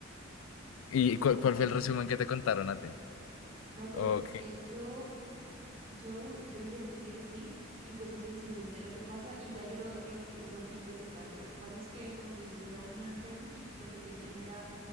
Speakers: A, on the left; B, on the right.
A: ¿Y cuál,
B: Tal
A: cuál
B: cual.
A: fue el resumen que te contaron a ti?
B: No, pues
A: Ok,
B: eh, yo, yo, yo investigué, sí, y pues es el siguiente lo que pasa, y ya yo lo, lo, fu- lo fui interpretando. Lo que pasa es que él, como tú dices, era un enfermo y lo que querían era,